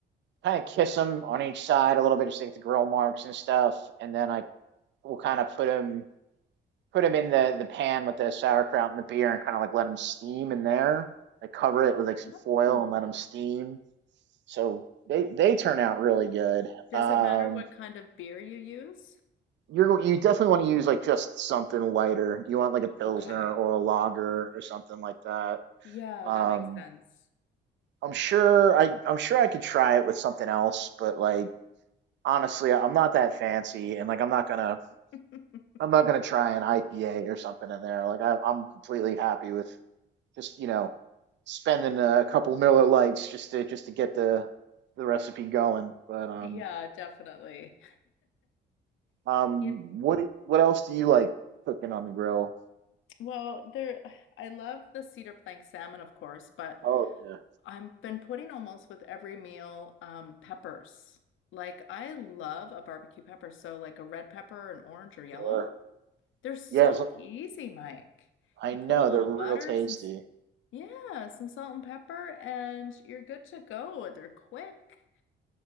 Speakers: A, on the right (about 65°); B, on the left (about 80°).
A: kind of kiss them on each side a little bit just to get the grill marks and stuff and then i will kind of put them put them in the the pan with the sauerkraut and the beer and kind of like let them steam in there I cover it with like some
B: no.
A: foil and let them steam so they they turn out really good
B: Does
A: um
B: it matter what kind of beer you use?
A: You're you definitely want to use like just something lighter. You want like a pilsner
B: Okay.
A: or a lager or something like that.
B: Yeah,
A: Um,
B: that makes sense.
A: I'm sure I I'm sure I could try it with something else, but like honestly, I'm not that fancy, and like I'm not gonna
B: <laughs>
A: I'm not gonna try an IPA or something in there. Like I, I'm completely happy with just you know spending a couple Miller Lights just to just to get the the recipe going. But um
B: Yeah, definitely.
A: um
B: You,
A: what what else do you like cooking on the grill?
B: Well, there, I love the cedar plank salmon, of course, but
A: Oh yeah,
B: I've been putting almost with every meal um, peppers. Like I love a barbecue pepper, so like a red pepper, an orange or yellow.
A: sure.
B: They're so
A: Yes,
B: easy, Mike.
A: I
B: You
A: know
B: put a little
A: they're real
B: butter,
A: tasty.
B: some, s- yeah, some salt and pepper, and you're good to go. They're quick.